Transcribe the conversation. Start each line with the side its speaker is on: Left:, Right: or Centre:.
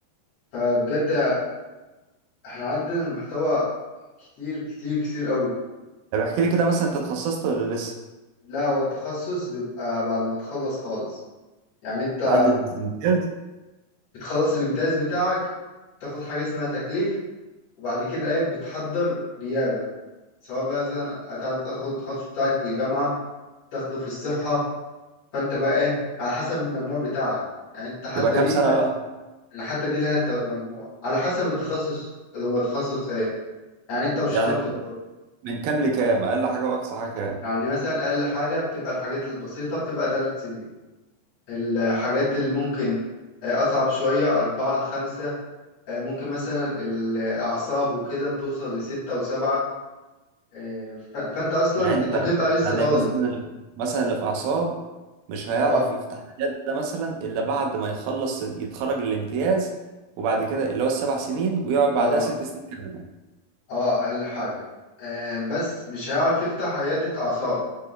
Left: فبجد احنا عندنا المحتوى كتير كتير كتير قوي
Right: طب احكي لي كده مثلا انت اتخصصت ولا لسه
Left: لا هو التخصص بيبقى بعد ما تخلص خالص يعني انت
Right: بعد الامتياز
Left: بتخلص الامتياز بتاعك تاخد حاجة اسمها تكليف وبعد كده ايه بتحضر نيابة سواء بقى مثلا هتع- هتاخد التخصص بتاعك في الجامعة تاخده في الصحة فانت بقى ايه على حسب المجموع بتاعك يعني انت حتى
Right: تبقى كام
Left: دي
Right: سنة
Left: بقى
Right: بقى
Left: يعني حتى دي لها تو- مجموع على حسب التخصص اللي هو تخصص ايه يعني انت وشطارتك
Right: يعني
Left: برضه
Right: من كام لكام اقل حاجة واقصى حاجة كام
Left: يعني مثلا اقل حاجة بتبقى الحاجات البسيطة بتبقى ثلاث سنين الحاجات اللي ممكن آه، أصعب شوية أربعة خمسة آه، ممكن مثلا الأعصاب وكده بتوصل لستة وسبعة آه، ف- فأنت أصلا
Right: يعني انت
Left: أنت بتبقى لسه
Right: يعني
Left: طالب
Right: مثلا اللي- مثلا اللي في اعصاب مش هيعرف
Left: أه
Right: يفتح عيادة ده مثلا الا بعد ما يخلص يتخرج الامتياز وبعد كده اللي هو السبع سنين ويقعد بعدها
Left: أه
Right: ست سنين كمان
Left: أه أقل حاجة آه، بس مش هيعرف يفتح عيادة أعصاب